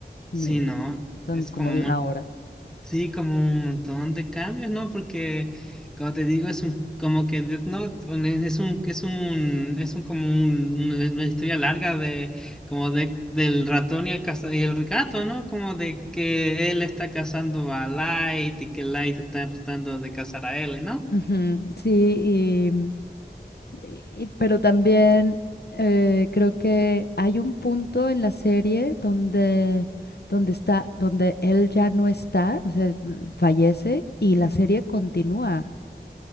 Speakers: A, on the left; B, in the centre.
A: Ni-
B: sí, no,
A: y son
B: es
A: como
B: como
A: de una hora.
B: Sí, como un montón de cambios, ¿no? Porque, como te digo, es un, como que Death Note un- es un, es un, es un, como un- una, una historia larga de, como de, del ratón y el, caza- y el gato, ¿no? Como de que él está cazando a Light y que Light está tratando de cazar a él, ¿no?
A: Ujú, sí, y, y- pero también eh, creo que hay un punto en la serie donde, donde está, donde él ya no está, o sea, fallece y la serie continúa.